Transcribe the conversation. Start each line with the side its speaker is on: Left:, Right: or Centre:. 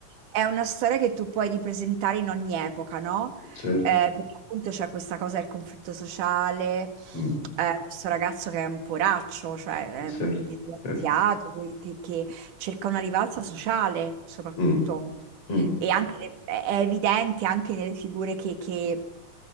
Right: è una storia che tu puoi ripresentare in ogni epoca, no?
Left: Certo,
Right: Eh, perché appunto c'è questa cosa del conflitto sociale,
Left: mm,
Right: eh, questo ragazzo che è un poraccio, cioè
Left: certo,
Right: è un disgraziato,
Left: certo.
Right: che, che che cerca una rivalsa sociale soprattutto.
Left: Mm, mm,
Right: E anche, è evidente anche nelle figure che, che-